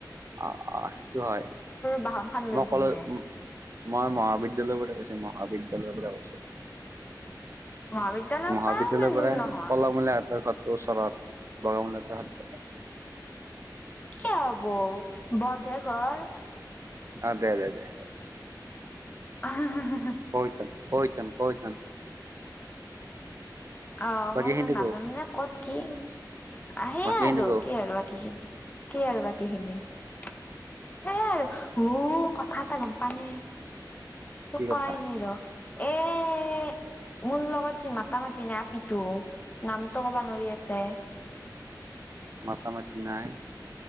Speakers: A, on the right (about 45°); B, on the left (about 25°).
A: অ', অ' সেইটো হয়
B: বাহন খান লৈ
A: মই কলে
B: কিনে
A: মই মহাবিদ্যালয় মহাবিদ্যালয়ৰ পৰা কৈছে।
B: মহাবিদ্যালয়ৰ
A: মহাবিদ্যালয়ৰ
B: পৰা ইমান
A: পৰাই
B: দূৰ নহয়
A: কলামূলীয়া ইহঁতৰ ঘৰ <unintelligible>
B: কিয় হবৌ বথে ঘৰ।
A: অ', দে দে দে।
B: <unintelligible>
A: কৈতন কৈতন কৈতন।
B: অ',
A: বাকীখিনি
B: মই ইমান নাজানোনেে
A: কও
B: ক'ত কি। আহে
A: বাকীখিনি
B: আৰু
A: কও
B: কি আৰু বাকীখিনি কি আৰু বাকীখিনি। সেইয়াই আৰু উ কথা এটা গম প নে তোক
A: কি কথা
B: কোৱাই নাই ৰ'হ। এয়ে মোৰ লগত যি মাতা মাতি না আপিটো নামটো কোবো নোৱাৰি এয়াতে
A: মতামাতি নাই